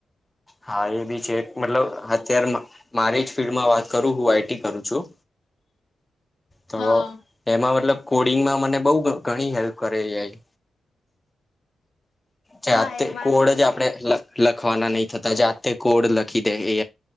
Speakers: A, on the left (about 15°); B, on the left (about 80°).
A: હા એ બી છે મતલબ અત્યારમાં મારી જ ફિલ્ડમાં વાત કરું હું આઈટી કરું છું તો
B: હા
A: એમાં મતલબ કોડિંગમાં મને બઉ ઘણી હેલ્પ કરે એ આઈ જાતે
B: હા એમાં
A: કોડ જ આપડે લખન. વા નહી થતા જાતે કોડ લખી દે એ